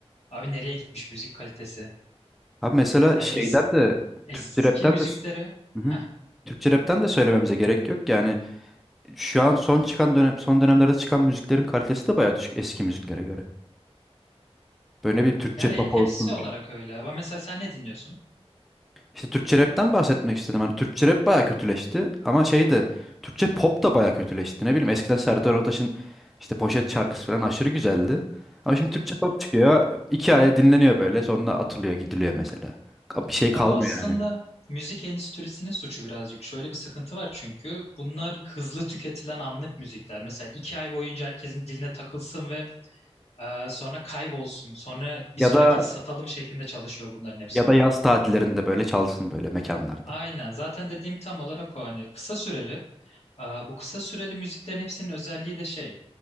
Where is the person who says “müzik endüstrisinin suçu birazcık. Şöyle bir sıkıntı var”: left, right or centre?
Left